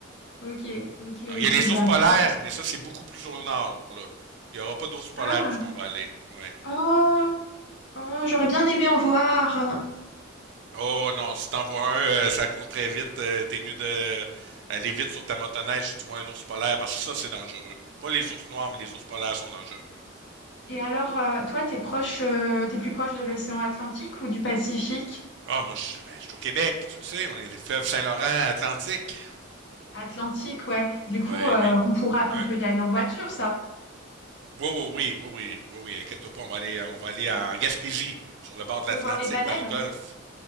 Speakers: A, on the left; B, on the right.
A: Ok, ok,
B: Alors, Il
A: ok.
B: y a les ours
A: Bah.
B: polaires, mais ça, c'est beaucoup plus au nord, là. Il n'y aura pas d'ours polaires
A: Ah,
B: où ce qu'on va aller. Ouais.
A: oh, oh, j'aurais bien aimé en voir.
B: Oh non, si t'en vois un, euh, ça court très vite. euh, t'es mieux de euh, aller vite sur ta motoneige si tu vois un ours polaire, parce que ça, c'est dangereux. Pas les ours noirs, mais les ours polaires sont dangereux.
A: Et alors, euh, toi, t'es proche, euh, t'es plus proche de l'océan Atlantique ou du Pacifique?
B: Ah, moi, je suis ben, je suis au Québec, tu le sais, on est les fleuves Saint-Laurent, Atlantique.
A: Atlantique, ouais. Du coup,
B: Ouais,
A: euh,
B: mais,
A: on pourra, on
B: mais-
A: peut y aller en voiture, ça.
B: oui, oui, oui, oui, oui, oui, oui, inquiète-toi pas, on va aller, euh, on va aller
A: On
B: en Gaspésie, sur le bord de
A: peut
B: l'Atlantique,
A: voir les baleines.
B: dans le Golfe.